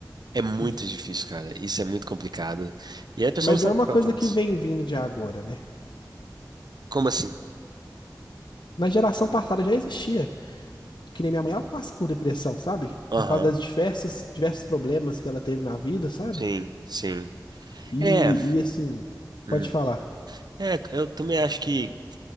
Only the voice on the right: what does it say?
É muito
difícil, cara. Isso é muito complicado. E aí a pessoa
não sabe
o que
ela faz.
Como assim?
Aham.
Sim, sim.
É,
hum.
É, eu também acho que,